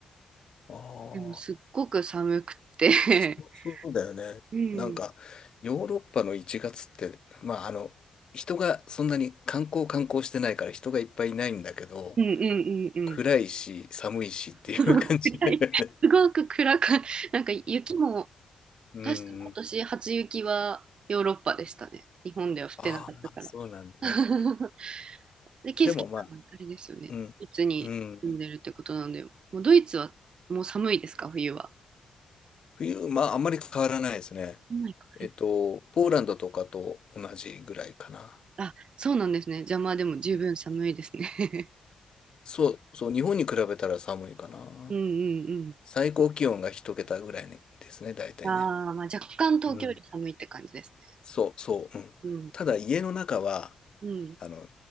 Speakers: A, on the left; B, on the right.
A: あ
B: でもすっごく寒くて
A: あ。そうそうだよね。
B: <laughs> うん、
A: なんか、ヨーロッパの1月って、まあ、あの、人がそんなに観光観光してないから人がいっぱいいないんだけど、
B: うんうんうんうん。
A: 暗いし、寒いしっていう感じだよね。
B: <laughs> 暗いすごく暗か、なんか雪も、
A: <laughs> うんうん。
B: 確か今年初雪はヨーロッパでしたね。日本では降ってなかったから。
A: ああ、そうなんだね。
B: <laughs> で、ケイスケさんはあれですよね。
A: でもまあ、うん、
B: ドイツに住んでるってことなんで、
A: うん。
B: もうドイツはもう寒いですか、冬は。
A: 冬、まあ、あんまり変わらないですね。
B: 寒いか
A: えっと、ポーランドとかと同じぐらいかな。
B: あ、そうなんですね。邪魔でも十分寒いですね。
A: うん
B: <laughs>
A: そう、そう、日本に比べたら寒いかな。
B: うんうん
A: 最高気温が一桁ぐらいですね、大体ね。
B: うん。ああ、まあ若干東京より寒いって感じですね。
A: うん。そう、そう、うん。
B: うん
A: ただ家の中は、
B: うん。
A: あの、